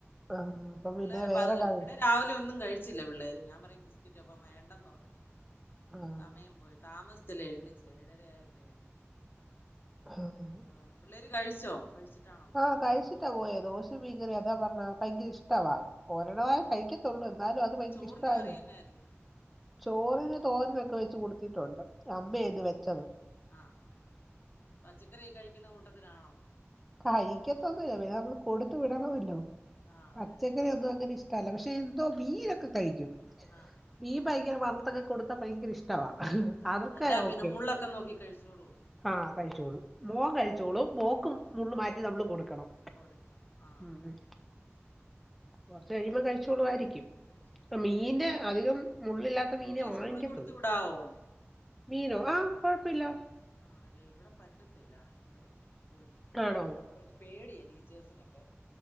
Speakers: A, in the centre; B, on the left.
A: ആഹ് അപ്പൊ
B: പിള്ളേരപ്പ
A: പിന്നെ വേറെ
B: അത്
A: കറി
B: ഇവിടെ രാവിലെ ഒന്നും കഴിച്ചില്ല പിള്ളേര് ഞാൻ പറയും ബിസ്ക്കറ്റ് അപ്പം വേണ്ടെന്ന് പറഞ്ഞ്
A: ആഹ്
B: സമയം പോയി താമസിച്ചല്ലേ എണിച്ച് ഏഴരയായപ്പഴേ
A: ആഹ്
B: ആഹ് പിള്ളേര് കഴിച്ചോ കഴിച്ചിട്ടാണോ പോന്നെ
A: ആഹ് കഴിച്ചിട്ടാ പോയേ ദോശേം മീങ്കറി അതാ പർഞ്ഞത് ഭയങ്കര ഇഷ്ടവാ ഒരെണ്ണവേ കഴിക്ക്യത്തൊള്ളൂ എന്നാലും അത്
B: അപ്പൊ
A: ഭയങ്കര
B: ചോറിന്
A: ഇഷ്ടവാനു
B: കറി എന്നായിരുന്നു
A: ചോറിന് തോരനൊക്കെ വെച്ച് കൊടുത്തിട്ടുണ്ട് അമ്മയാ
B: ആഹ്
A: ഇന്ന് വെച്ചത്
B: ആഹ് പച്ചക്കറി ഒക്കെ കഴിക്കുന്ന കൂട്ടത്തിലാണോ
A: കഴിക്കത്തൊന്നുവില്ല പിന്നെ നമ്മള് കൊടുത്തു വിടണവല്ലോ
B: ആഹ്
A: പച്ചക്കറി
B: അതെ അതെ
A: ഒന്നും അങ്ങനെ ഇഷ് ടവല്ല പക്ഷെ എന്തോ മീനൊക്കെ കഴിക്കും
B: ആഹ് ആഹ്
A: മീൻ
B: ആഹ്
A: ഭയങ്കര വറുത്തൊക്കെ കൊടുത്താ ഭയങ്കര ഇഷ് ടാവാ
B: ഇഷ്ടവാ
A: അതൊക്കെ
B: എല്ലാ മീനും
A: ഓക്കെ
B: മുള്ളൊക്കെ നോക്കി കഴിച്ചോളോ
A: ആഹ് കഴിച്ചോളും മോൻ
B: ആഹ്
A: കഴിച്ചോളും മോക്ക്
B: ആഹ്
A: മുള്ള് മാറ്റി നമ്മള് കൊട്ക്കണം
B: കൊടുക്കണം ആഹ്
A: ഉം ഉം
B: ആഹ്
A: കൊറച്ച് കഴിയുമ്പൊ കഴിച്ചോളുവായിരിക്ക്യും
B: കഴിച്ചോളും
A: പ്പ മീന്റെ അധികം മുള്ളില്ലാ ൻത്തെ മീനെ
B: മീൻ
A: വാങ്ങിക്ക്യത്തൊള്ളൂ
B: സ്കൂളിൽ കൊടുത്തു വിടാവോ
A: മീനോ ആഹ് കൊഴപ്പ ഇല്ലാ
B: കൊടുത്തു ആണല്ലേ ഇവിടെ പറ്റത്തില്ല ഇവടെ സ്‌കൂൾള്
A: ആണോ.
B: അവർക്ക് പേടിയാ ടീച്ചേഴ്സിനൊക്കെ